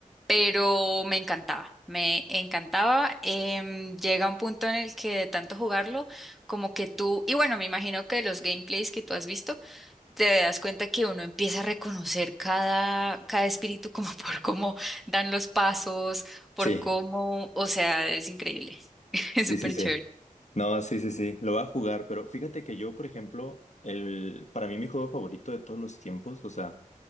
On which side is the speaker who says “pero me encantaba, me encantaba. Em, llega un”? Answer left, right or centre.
Centre